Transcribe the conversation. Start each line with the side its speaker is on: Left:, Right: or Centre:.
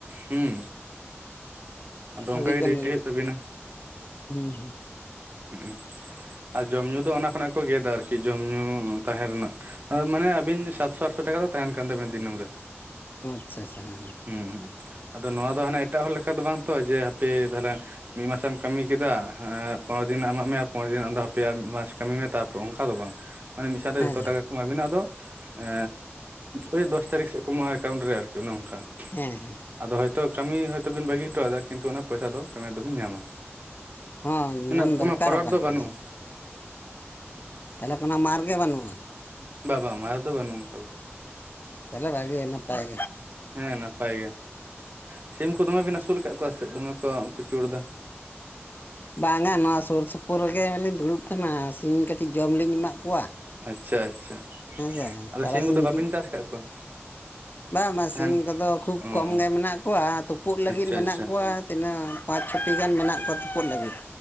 Right: ᱦᱮᱸ ᱟᱫᱚ
Left: ᱵᱷᱟᱜᱤ
Right: ᱚᱱᱠᱟᱜᱮ
Left: ᱠᱟᱹᱢᱤ
Right: ᱰᱤᱭᱩᱴᱤ ᱦᱩᱭᱩᱜ ᱛᱟᱵᱤᱱᱟ
Left: ᱦᱩᱸ
Right: ᱦᱩᱸ᱾ ᱟᱨ ᱡᱚᱢ ᱧᱩ ᱫᱚ ᱚᱱᱟ ᱠᱷᱚᱱᱟᱜ ᱠᱚ ᱜᱮᱫᱟ ᱟᱨᱠᱤ ᱡᱚᱢ ᱧᱩ ᱛᱟᱦᱮᱸ ᱨᱮᱱᱟᱜ ᱢᱟᱱᱮ ᱟᱵᱤᱱ ᱥᱟᱛᱥᱚ ᱟᱴᱥᱚ ᱴᱟᱠᱟ ᱫᱚ ᱛᱟᱦᱮᱱ ᱠᱟᱱ ᱛᱟᱵᱮᱱ ᱫᱤᱱᱟᱹᱚᱢ ᱨᱮ᱾
Left: ᱳ ᱟᱪᱷᱟᱪᱷᱟ ᱦᱮᱸ ᱦᱮᱸ
Right: ᱦᱩᱸᱻ ᱟᱫᱚ ᱱᱚᱣᱟ ᱫᱚ ᱦᱟᱱᱮ ᱮᱴᱟᱜ ᱦᱚᱲ ᱞᱮᱠᱟ ᱫᱚ ᱵᱟᱝᱛᱚ ᱡᱮ ᱦᱟᱯᱮ ᱛᱟᱦᱚᱞᱮ ᱢᱤᱫ ᱢᱟᱥᱮᱢ ᱠᱟᱹᱢᱤ ᱠᱮᱫᱟ ᱯᱚᱱᱮᱨᱚ ᱫᱤᱱ ᱨᱮᱟᱜ ᱮᱢᱟᱜ ᱢᱮᱭᱟ ᱯᱚᱱᱮᱨᱚ ᱫᱤᱱ ᱫᱚ ᱦᱟᱯᱮ ᱟᱨ ᱢᱤᱫ ᱢᱟᱥ ᱠᱟᱹᱢᱤ ᱢᱮ ᱛᱟᱯᱚᱨ ᱚᱱᱠᱟ ᱫᱚ ᱵᱟᱝ ᱢᱟᱱᱮ ᱢᱤᱫ ᱥᱟᱶᱛᱮ
Left: ᱦᱮᱸ
Right: ᱡᱷᱚᱛᱚ
Left: ᱦᱮᱸ
Right: ᱴᱟᱠᱟ ᱠᱚ ᱮᱢᱟᱜ ᱵᱤᱱᱟ ᱟᱫᱚ ᱮ ᱳᱭ ᱫᱚᱥ ᱛᱟᱨᱤᱠᱷ ᱥᱮᱫ ᱠᱚ ᱮᱢᱚᱜ-ᱟ ᱮᱠᱟᱣᱩᱱᱴ ᱨᱮ ᱟᱨᱠᱤ᱾ ᱜᱚᱱᱮ ᱱᱚᱝᱠᱟ
Left: ᱦᱮᱸ ᱦᱮᱸ
Right: ᱟᱫᱚ ᱦᱚᱭᱛᱳ ᱠᱟᱹᱢᱤ ᱦᱚᱭᱛᱳ ᱵᱤᱱ ᱵᱟᱹᱜᱤ ᱦᱚᱴᱚ ᱟᱫᱟ ᱠᱤᱱᱛᱩ ᱚᱱᱟ ᱯᱚᱭᱥᱟ ᱫᱚ ᱯᱮᱢᱮᱱᱴ ᱫᱚᱵᱤᱱ ᱧᱟᱢᱟ
Left: ᱦᱚᱸ
Right: ᱢᱟᱱᱮ
Left: ᱧᱟᱢ
Right: ᱠᱳᱱᱳ
Left: ᱫᱚᱨᱠᱟᱨᱚᱜ
Right: ᱯᱷᱚᱨᱚᱰ
Left: ᱠᱟᱱ
Right: ᱫᱚ ᱵᱟᱹᱱᱩᱜᱼᱟ
Left: ᱜᱮᱭᱟᱸ ᱛᱟᱦᱚᱞᱮ ᱠᱳᱱᱳ ᱢᱟᱨᱜ ᱜᱮ ᱵᱟᱹᱱᱩᱜᱼᱟ
Right: ᱵᱟᱵᱟ ᱢᱟᱨ ᱫᱚ ᱵᱟᱱᱩᱜ ᱟᱠᱟᱫᱟ
Left: ᱛᱟᱦᱚᱞᱮ ᱵᱷᱟᱜᱤ ᱱᱟᱯᱟᱭ
Right: ᱦᱮᱸ ᱱᱟᱯᱟᱭ ᱜᱮ ᱥᱤᱢ ᱠᱚ ᱫᱚᱢᱮ ᱵᱮᱱ ᱟᱹᱥᱩᱞ ᱟᱠᱟᱫ ᱠᱚᱣᱟ ᱥᱮ ᱪᱮᱫ ᱫᱚᱢᱮ ᱠᱚ ᱠᱩᱪᱩᱲ ᱮᱫᱟ
Left: ᱵᱟᱝᱟ ᱱᱚᱣᱟ ᱥᱩᱨ ᱥᱩᱯᱩᱨ ᱨᱮᱜᱮᱞᱤᱧ ᱫᱩᱲᱩᱵ ᱠᱟᱱᱟ ᱥᱤᱢ ᱠᱟᱹᱴᱤᱡ ᱡᱚᱢ ᱞᱤᱧ ᱮᱢᱟᱫ ᱠᱚᱣᱟ
Right: ᱟᱪᱷᱟ ᱟᱪᱷᱟ
Left: ᱦᱮᱸᱥᱮ
Right: ᱟᱫᱚ
Left: ᱛᱟᱨᱟᱥᱤᱧ
Right: ᱥᱤᱢ ᱠᱚᱫᱚ ᱵᱟᱵᱤᱱ
Left: ᱦᱤᱡᱩᱜ
Right: ᱪᱟᱥ ᱟᱠᱟᱫ ᱠᱚᱣᱟ
Left: ᱵᱟᱝ ᱵᱟᱝ ᱥᱤᱢ
Right: ᱦᱮᱸ
Left: ᱠᱚᱫᱚ ᱠᱷᱩᱵ
Right: ᱚ ᱚ
Left: ᱠᱚᱢ ᱜᱮ ᱢᱮᱱᱟᱜ ᱠᱚᱣᱟ ᱛᱩᱯᱩᱜ
Right: ᱟᱪᱪᱷᱟ
Left: ᱞᱟᱹᱜᱤᱫ ᱢᱮᱱᱟᱜ
Right: ᱟᱪᱪᱷᱟ
Left: ᱠᱚᱣᱟ ᱛᱤᱱᱟᱹᱜ ᱯᱟᱸᱪ ᱪᱷᱚᱴᱤ ᱜᱟᱱ ᱢᱮᱱᱟᱜ ᱠᱚᱣᱟ ᱛᱩᱯᱩᱜ ᱞᱟᱹᱜᱤᱫ